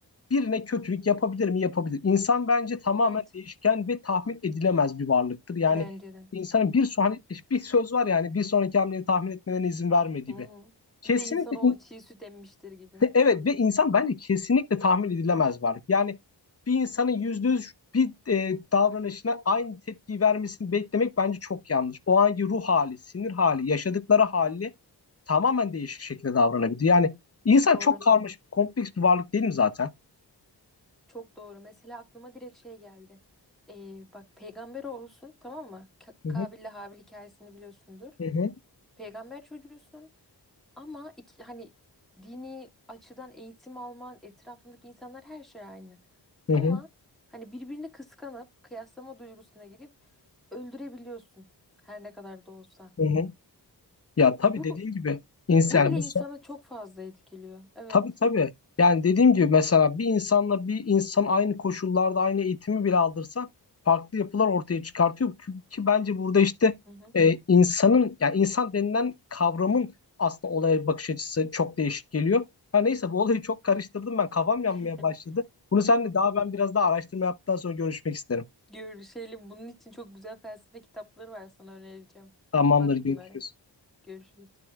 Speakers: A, on the left (about 35°); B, in the centre.
A: Birine kötülük yapabilir mi? Yapabilir. İnsan bence tamamen
B: Evet,
A: değişken ve tahmin edilemez bir varlıktır. Yani
B: bence de.
A: insanın bir son, hani bir söz var yani bir sonraki hamleni tahmin etmelerine izin vermediği
B: Hı hı.
A: bir. Kesinlikle
B: Bir de insanoğlu çiğ süt emmiştir gibi.
A: evet ve insan bence kesinlikle tahmin edilemez varlık. Yani bir insanın yüzde yüz bir e, davranışına aynı tepkiyi vermesini beklemek bence çok yanlış. O anki ruh hali, sinir hali, yaşadıkları hali tamamen değişik şekilde davranabilir. Yani insan
B: Doğru.
A: çok karmaşık, kompleks bir varlık değil mi zaten?
B: Çok doğru. Mesela aklıma direkt şey geldi. Ee, bak peygamber olsun tamam mı? Ka-
A: Hı
B: Kabil'le
A: hı,
B: Habil hikayesini biliyorsundur.
A: hı hı.
B: Peygamber çocuğusun. Ama iki, hani dini açıdan eğitim alman, etrafındaki insanlar her şey aynı.
A: Hı
B: Ama
A: hı.
B: hani birbirini kıskanıp kıyaslama duygusuna girip öldürebiliyorsun her ne kadar da olsa.
A: Hı hı. Ya tabii
B: Bu
A: dediğin gibi insan
B: bu bile
A: yani bu
B: insanı
A: sa-
B: çok fazla etkiliyor. Evet.
A: tabii tabii. Yani dediğim gibi mesela bir insanla bir insan aynı koşullarda aynı eğitimi bile aldırsa farklı yapılar ortaya çıkartıyor ki, ki bence burada işte
B: Hı hı.
A: e, insanın yani insan denilen kavramın aslında olaya bakış açısı çok değişik geliyor. Ha neyse bu olayı çok karıştırdım ben kafam yanmaya
B: <laughs>
A: başladı. Bunu seninle daha ben biraz daha araştırma yaptıktan sonra görüşmek isterim.
B: Görüşelim. Bunun için çok güzel felsefe kitapları var sana önereceğim.
A: Tamamdır
B: Bak
A: görüşürüz.
B: bunlara. Görüşürüz.